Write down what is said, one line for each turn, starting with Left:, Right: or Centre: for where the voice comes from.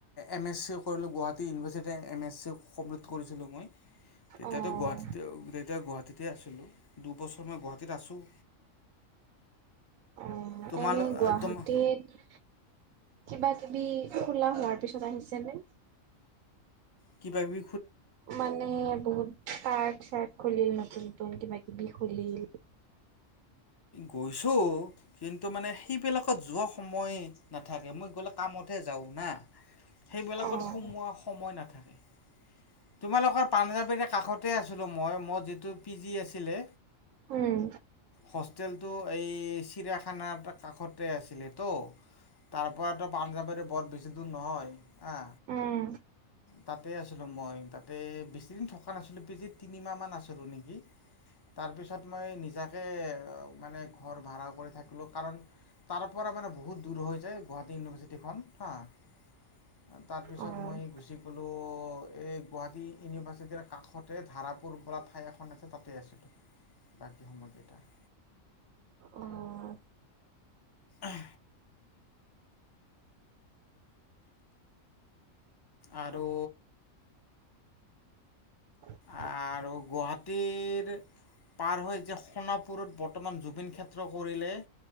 Left: এম এছ চি কৰিলোঁ গুৱাহাটী ইউনিভাৰ্চিটতে এম এছ চি কমপ্লিট কৰিছিলোঁ মই। তেতিয়াতো
Right: অ',
Left: গুৱাহাটীতে তেতিয়া গুৱাহাটীতে আছিলো দুবছৰ মই গুৱাহাটীত আছো।
Right: অ'
Left: তোমাৰ
Right: এনে গুৱাহাটীত
Left: তোমাৰ
Right: কিবা কিবি খোলা হোৱাৰ পিছত আহিছেনে?
Left: কি পাবি?
Right: মানে বহুত ত চাৰট খুলিল নতুন নতুন কিবা বি খুলিল।
Left: গৈছো। কিন্তু মানে সেইবিলাকত যোৱা সময় নাথাকে মই গ'লে কামতহে যাওঁ না। সেইবিলাকত
Right: অ',
Left: সোমোৱা সময় নাথাকে, তোমালোকৰ পাঞ্জাবীৰে কাষতে আছিলোঁ মই মোৰ যিটো পি জি আছিলে।
Right: উম।
Left: হোষ্টেলটো এই চিৰায়াখানাৰ কাষতে আছিলে তো। তাৰ পৰাতো পাঞ্জাৱেৰে বৰ বেছি দূৰ নহয়। হা
Right: উম।
Left: তাতে আছিলোঁ মই তাতে বেছিদিন থকা নাছিলোঁ পিজি তিনিমাহমান আছিলোঁ নেকি। তাৰ পিছত মই নিজাকে মানে ঘৰ ভাড়া কৰি থাকিলো কাৰণ তাৰ পৰা মানে বহুত দূৰ হৈ যায়। গুৱাহাটী ইউনিভাৰ্চিটিখন হাঁ, তাৰপিছত
Right: অ',
Left: মই গুচি গ'লোঁ এই গুৱাহাটী ইউনিভাৰ্চিটিৰ কাষতে ধাৰাপুৰ বল ঠাই এখন আছে তাতে আছিলোঁ। <inaudible>
Right: অ',
Left: আহ। আৰু
Right: <unintelligible>
Left: আৰু গুৱাহাটীৰ পাৰ হৈ যে সোণাপুৰত বৰ্তমান জুবিন ক্ষেত্ৰ কৰিলে